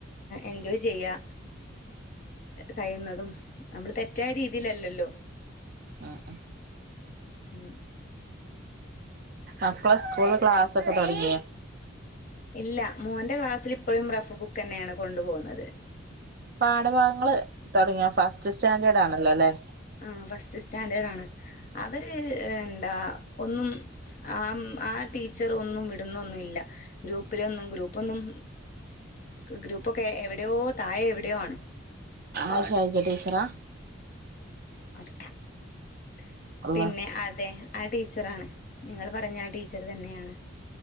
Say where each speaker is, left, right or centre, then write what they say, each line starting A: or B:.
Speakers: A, on the left; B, on the right.
A: എൻജോയ് ചെയ്യാ കഴിയുന്നതും നമ്മള് തെറ്റായ രീതിയിലല്ലല്ലോ
B: ഉം ഉം
A: ഉം
B: അപ്പോ സ്കൂള് ക്ലാസ്സൊക്കെ തുടങ്ങിയോ
A: ഇല്ല മോന്റെ ക്ലാ സ്സില് ഇപ്പോഴും റഫ് ബുക്ക് തന്നെയാണ് കൊണ്ട് പോകുന്നത്
B: പാഠഭാഗങ്ങള് തുടങ്ങിയോ ഫസ്റ്റ് സ്റ്റാൻഡേർഡ് ആണല്ലോ അല്ലേ
A: ആ ഫസ്റ്റ് സ്റ്റാൻഡേർഡ് ആണ് അവര് എന്താ ഒന്നും ആ ആ ടീച്ചർ ഒന്നും വിടുന്നൊന്നുംല്ല ഗ്രൂപ്പിലൊന്നും ഗ്രൂപ്പൊന്നും ഗ്രൂപ്പൊക്കെ എവിടെയോ താഴേ എവിടെയോ ആണ്
B: ആശൈജ ടീചറാ
A: ഉളട്ട <unintelligible>
B: അള്ളാ
A: പിന്നെ അതെ ആ ടീച്ചറാണ് നിങ്ങൾ പറഞ്ഞ ആ ടീച്ചർ തന്നെയാണ്